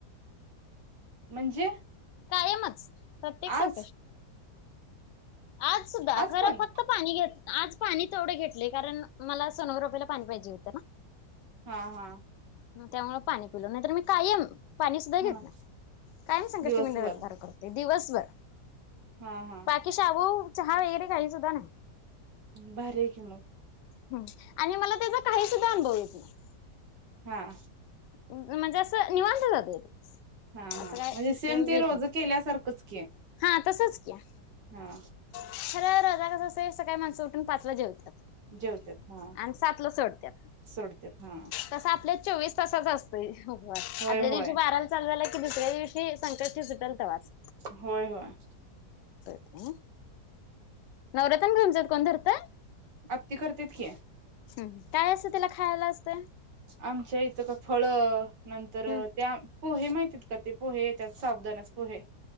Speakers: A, on the right; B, on the left.
A: म्हणजे
B: कायमच प्रत्येक संकष्टी
A: आज
B: आज सुद्धा
A: आज
B: घरात
A: पण
B: फक्त पाणी घेत आज पाणी तेवढे घेतले. कारण मला सोनोग्राफीला पाणी पाहिजे होत ना.
A: हां हां.
B: म त्यामूळ पाणी पिलं. नाहीतर मी कायम पाणी सुद्धा
A: हा
B: घेत नाही. कायम संकष्टी
A: दिवसभर
B: मी निरंकार करते. दिवसभर.
A: हा हा
B: बाकी शाबू चहा वगैरे काही सुद्धा नाही.
A: भारी आहे की मग
B: हं. आणि मला त्याच काहीच <unintelligible>
A: हां.
B: म्हणजे असं निवांत जातोय दिवस.
A: हा हा,
B: असं काय
A: म्हणजे सेम
B: हे
A: ते रोज
B: येत नाही
A: केल्यासारखंच. की
B: हा तसच किया.
A: हा,
B: खर रोजा कसं असं सकाळी माणसं उठून पाचला जेवतात.
A: जेवतात हा
B: आणि सातलं सोडत्यात.
A: सोडतात हा
B: तस आपल्या चोवीस तासाचा असत तय उपवास.
A: होय
B: आदल्या दिवशी
A: होय
B: बाराला चालू झाला की, दुसऱ्या दिवशी संकष्टी सुटंल तावच.
A: होय होय.
B: ह नव रतन तुमच्यात कोण धरतं?
A: आत्ती करतेत की.
B: हं, काय असं तिला खायला असतं?
A: आमच्या इथं का? फळ, नंतर
B: हम्म
A: त्या पोहे माहिती ते पोहे त्यात साबुदाण्याच पोहे.